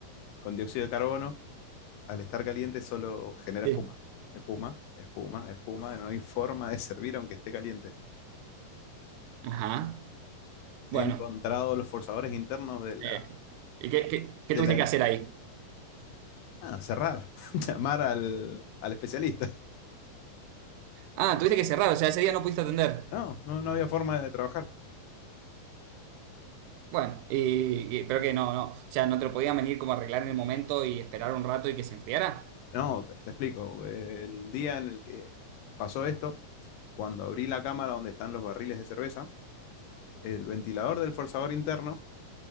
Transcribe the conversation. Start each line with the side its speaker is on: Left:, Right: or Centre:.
Left: con dióxido de carbono, al estar caliente solo genera
Right: Sí.
Left: espuma. Espuma, espuma, espuma, no hay forma de servir aunque esté caliente.
Right: Ajá. Bueno.
Left: He encontrado los forzadores internos de la...
Right: eh, ¿y qué, qué- qué
Left: De
Right: tuviste
Left: la
Right: que hacer ahí?
Left: ah, cerrar, <laughs> llamar al, al especialista.
Right: Ah, tuviste que cerrar, o sea, ese día no pudiste atender.
Left: No, no, no había forma de trabajar.
Right: Bueno, y, y- pero que no, no. O sea, no te lo podían venir como a arreglar en el momento y esperar un rato y que se enfriara.
Left: No, te, te explico. El día en el que pasó esto, cuando abrí la cámara donde están los barriles de cerveza, el ventilador del forzador interno,